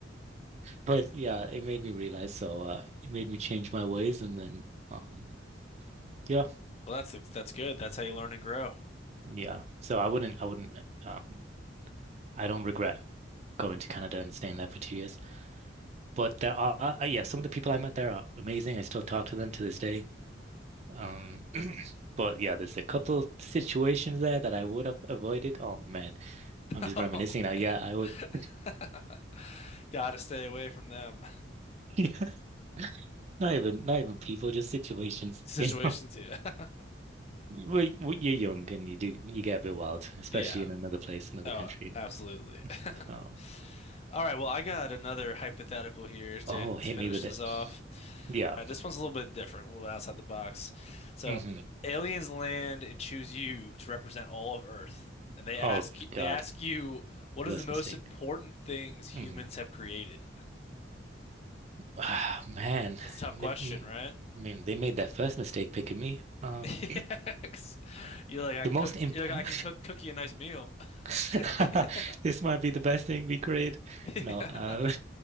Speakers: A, on the right; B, on the left.
A: But yeah, it made me realize. So uh, it made me change my ways, and then um, yeah,
B: Well, that's that's good. That's how you learn and grow.
A: yeah. So I wouldn't, I wouldn't. Um, I don't regret going to Canada and staying there for two years. But there are, uh, uh, yeah, some of the people I met there are amazing. I still talk to them to this day. Um, <clears throat> but yeah, there's a couple situations there that I would have avoided. Oh man, I'm
B: <laughs>
A: just reminiscing
B: Um,
A: now. Yeah, I would.
B: <laughs>
A: <laughs>
B: gotta stay away from them
A: Yeah, not even, not even people, just situations.
B: <laughs> situations.
A: <laughs> You know?
B: Yeah. <laughs>
A: Well, y- well, you're young and you do you get a bit wild, especially
B: Yeah.
A: in another place, another
B: Oh,
A: country.
B: absolutely.
A: So,
B: <laughs> All right, well, I got another hypothetical here to,
A: oh,
B: to
A: hit
B: finish
A: me with
B: this
A: it.
B: off.
A: Yeah.
B: All right, this one's a little bit different, a little outside the box. So,
A: hmm
B: aliens land and choose you to represent all of Earth, and they ask
A: Oh
B: y-
A: God,
B: they ask you what
A: worst
B: is the most
A: mistake.
B: important things humans
A: hmm
B: have created?
A: Ah, man,
B: That's a tough
A: they,
B: question,
A: I
B: right? <laughs>
A: mean, they made that first mistake picking me. Um,
B: Yeah, 'cause you're like I
A: the
B: can
A: most
B: cook.
A: impo.
B: You're like I can cook cook you a nice meal.
A: <laughs>
B: <laughs>
A: This might be the best thing we create.
B: Yeah.
A: No. Uh,